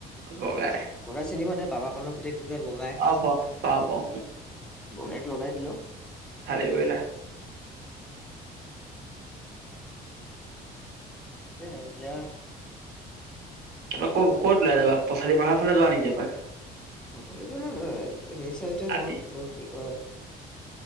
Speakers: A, on the right; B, in the centre.
A: বগাই
B: বগাই চিনিব নাই বাবা কণ পোতেকটো যে বগাই
A: অ প পাও পাও
B: বগাইক লগাই দিলো।
A: খালি বইলা।
B: তাকেহে এতিয়া
A: ক'ত ক'ত ওলাই যাবা পথালি পাহাৰ ফালে যোৱা নেকি এপাক?
B: পথালী পিনে নহয় হেৰি চাইডে
A: আতি
B: যাওঁ। কি কয়